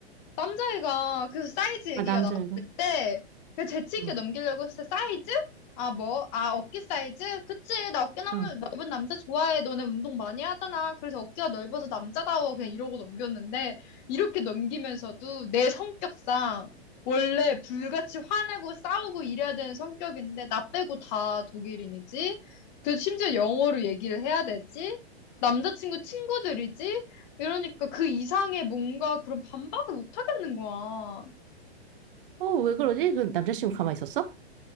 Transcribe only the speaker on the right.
아, 남자애가.
어,
어.
어, 왜 그러지? 그 남자친구 가만히 있었어?